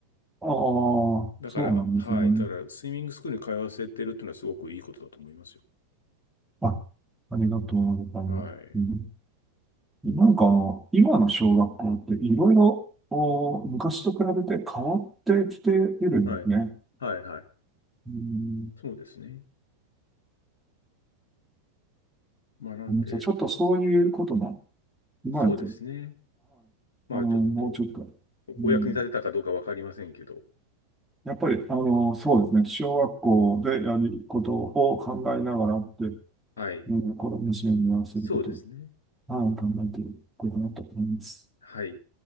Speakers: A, in the centre; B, on the left (about 60°).
A: あ、ああ、
B: だから、
A: そうなんですね。
B: はい。だから、スイミングスクールに通わせてるっていうのはすごくいいことだと思いますよ。
A: あ、ありがとうございます。
B: はい。
A: うんなんかあの、今の小学校っていろいろお昔と比べて変わってきているんですね。
B: はい。はいはい。
A: うん、
B: そうですね。まあなんで、
A: あのちょっとそういうことも、今やって、
B: そうですね。
A: はい、
B: まあちょっと、
A: あの、もうちょっと、
B: おお役に立てたかどうかわかりませんけど。
A: うんやっぱり、あの、そうですね。小学校でやることを考えながらって、
B: はい。
A: うん、この娘にやらせることを、
B: そうですね。
A: はい、考えていこうかなと思います。
B: はい。